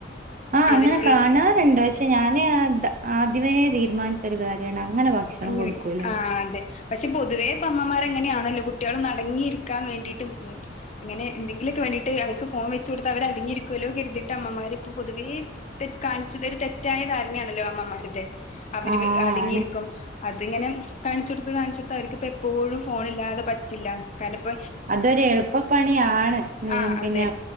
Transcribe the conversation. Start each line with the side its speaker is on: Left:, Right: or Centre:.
Right: ആഹ്
Left: അവർക്ക്
Right: അങ്ങനെ കാണാറുണ്ട് പക്ഷെ ഞാനേ അത് ആദ്യമേ തീരുമാനിച്ച. ഒരു കാര്യണ് അങ്ങനെ ഭക്ഷണം
Left: എങ്ങനെയൊക്കെ
Right: കൊടുക്കൂലന്ന്
Left: ആഹ് അതെ പക്ഷെ പൊതുവേ ഇപ്പ അമ്മമാർങ്ങനെയാണല്ലോ കുട്ടികള് ഒന്ന് അടങ്ങിയിരിക്കാൻ വേണ്ടിയിട്ട് ഉം അങ്ങനെ എന്തങ്കിലുക്കെ വേണ്ടിട്ട് അവർക്ക് ഫോൺ വെച്ച് കൊടുത്ത അവര അടങ്ങിരിക്കുവല്ലോ കരുതിട്ട അമ്മമാരിപ്പോ പൊതുവേ അത് കാണിചതൊരു തെറ്റായ ധാരണയാണല്ലോ അമ്മമാരുത അവര്
Right: ആഹ്
Left: അടങ്ങിയിരിക്കും
Right: ആണ്
Left: അതിങ്ങനെ കാണിച്ചുടത്ത് കാണിച്ചുടത്ത് അവർക്കിപ്പോ എപ്പോഴും ഫോണ് ഇല്ലാതെ പറ്റില്ല കാരണപ്പ
Right: അതൊരു എളുപ്പപ്പണിയാണ് ഏഹ്
Left: ആഹ്
Right: പിന്നെ
Left: അതെ